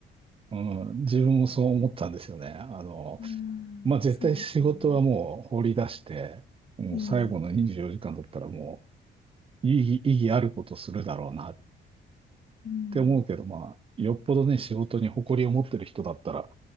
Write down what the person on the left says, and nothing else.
うんそうですよね。
うん。
うん